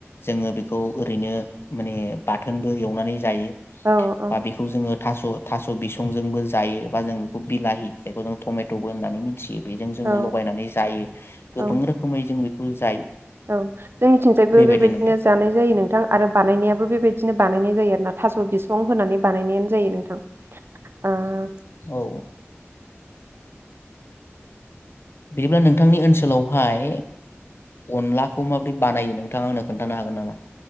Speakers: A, on the left (about 55°); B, on the right (about 55°).
A: जोङो खौ ओरैनो माने बाथोनबो एवनानै जायो
B: औ
A: बा बेखौ जोङो थास थास बिसंजोंबो जा जायो बा जों बेखौ बिलाहि जायखौ जों टमेटबो होननानै मिथियो बेजों जोङो
B: औ
A: लगायनानै जायो गोबां
B: औ
A: रोखोमै जों बे जायो
B: औ जोंनिथिंजायबो
A: बेबायदि
B: बेबायदिनो
A: नोंथां
B: जानाय जायो नोंथां आरो बानायनायाबो बेबायदिनो बिदिनो बानायनाय जायो आरो ना थास बिसं होनानै बानायनाय जायो नोंथां ओ
A: <inaudible> औ बिदिब्ला नोंथांनि ओनसोलावहाय अनलाखौ माबोरै बानायो नोंथाङा आंनो खोन्थानो हागोन नामा